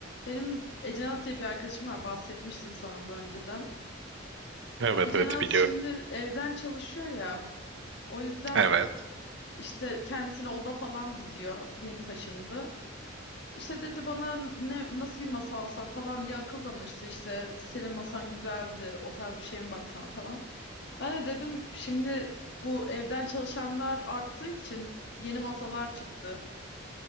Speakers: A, on the left; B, on the right.
A: Benim Ecenaz diye bir arkadaşım var bahsetmiştim sana da önceden.
B: Evet
A: Ecenaz
B: evet biliyorum.
A: şimdi evden çalışıyor ya. O yüzden
B: Evet.
A: işte kendisine oda falan diziyor. Yeni taşındı. İşte dedi bana ne nasıl bir masa alsam falan diye akıl danıştı. İşte senin masan güzeldi o tarz bir şeye mi baksan falan. Ben de dedim şimdi bu evden çalışanlar arttığı için yeni masalar çıktı.